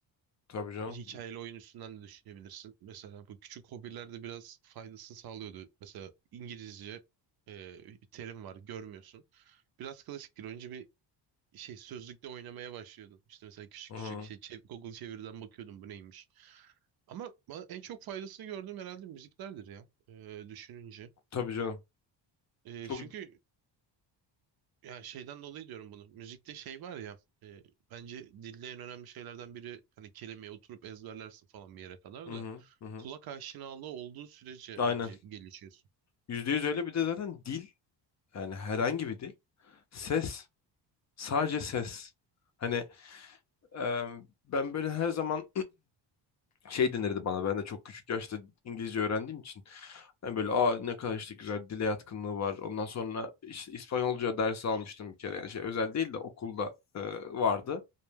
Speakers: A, on the left; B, on the right.
A: Tabii canım.
B: hikayeli oyun üstünden de düşünebilirsin. Mesela bu küçük hobiler de biraz faydasını sağlıyordu. Mesela İngilizce e, bir terim var görmüyorsun. Biraz klasiktir. Önce bir şey sözlükte oynamaya başlıyordum. İşte mesela küçük
A: Hı hı.
B: küçük şey çev- Google çeviriden bakıyordum bu neymiş. Ama bana en çok faydasını gördüğüm herhalde müziklerdir ya e, düşününce.
A: Tabii canım.
B: E,
A: Çok
B: çünkü ya şeyden dolayı diyorum bunu. Müzikte şey var ya e, bence dilde en önemli şeylerden biri hani kelimeyi oturup ezberlersin falan bir yere kadar
A: hı
B: da
A: hı. Hı hı.
B: kulak aşinalığı olduğu sürece
A: Aynen.
B: bence gelişiyorsun.
A: Yüzde yüz öyle bir de zaten dil yani herhangi bir dil. Ses. Sadece ses. Hani e, ben böyle her zaman şey denirdi bana. Ben de çok küçük yaşta İngilizce öğrendiğim için. Hani böyle aa ne kadar işte güzel dile yatkınlığı var. Ondan sonra işte İspanyolca dersi almıştım bir kere. Yani şey özel değil de okulda e, vardı.